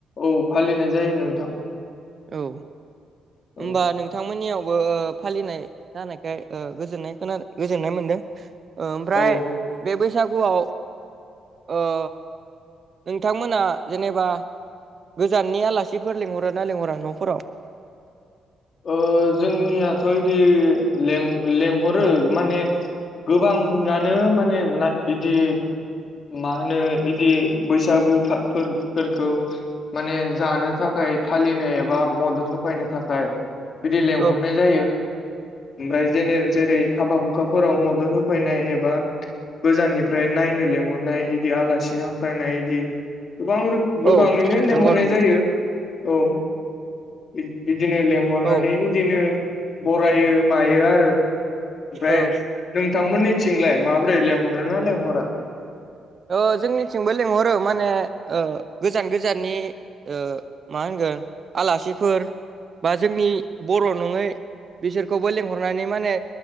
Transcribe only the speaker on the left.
औव फालिनाय जायो नोंथां।
औ
औ
ओ जोंनियाथ' इदि लें लेंहरो माने गोबाङानो माने ना बिदि मा होनो इदि बैसागु फोरफोरखौ माने जानो थाखाय थाखाय फालिनो एबा मदद होफैनो थाखाय बिदि लेंंहरनाय
जायो ओमफ्राय ज जेरै हाबा हुखा फोराव मदद होफैनाय एबा गोजाननिफ्राय नायनो लिंहरनाय इदि आलासि हां फायनाय इदि गोबां‌ रो गोबाङैनो
लेंंहरनाय
जायो। औव इदिनो लेंहरनानै
इदिनो बरायो मायो आरो ओमफ्राय
नोंथांमोननि थिंलाय माबोरै लेंहर ना लेंहरा।